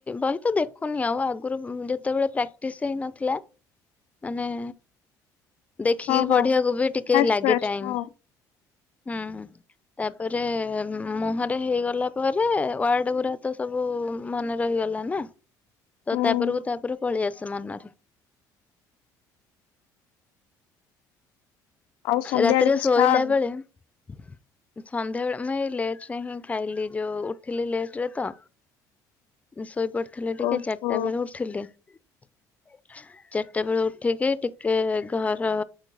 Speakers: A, on the left; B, on the left.
A: ବହି ତ ଦେଖୁନି ଆଉ ଆଗରୁ ଯେତେବେଳେ ପ୍ରାକ୍ଟିସ୍ ହେଇନଥିଲା। ଆାନେ ଦେଖିକି
B: ହଁ ହଁ
A: ପଢିବାକୁ ବି ଟିକେ
B: ଫାଷ୍ଟ
A: ଲାଗେ
B: ଫାଷ୍ଟ
A: ଟାଇମ୍
B: ହଁ
A: ହୁଁ। ତାପରେ ମୁହଁରେ ହେଇଗଲା ପରେ ୱାର୍ଡ଼ ଗୁରା ତ ସବୁ ମନେ ରହିଗଲା ନା ତ
B: ହୁଁ
A: ତାପରକୁ ତାପରୁ ପଳେଇ ଆସେ ମନରେ।
B: ଆଉ ସନ୍ଧ୍ୟାବେଳେ
A: ରାତିରେ
B: କିଛି
A: ଶୋଇଲା
B: ଖାଅନି?
A: ବେଳେ ସନ୍ଧ୍ୟାବେଳେ ମୁ ଏଇଁ ଲେଟ୍ ରେ ହିଁ ଖାଇଲି ଯୋଉ ଉଠିଲି ଲେଟ୍ ରେ ତ। ସୋଇ ପଡିଥିଲି ଟିକେ
B: ଓହୋ
A: ଚାରିଟା ବେଳୁ ଉଠିଲି। ଚାରିଟା ବେଳୁ ଉଠିକି ଟିକେ ଘର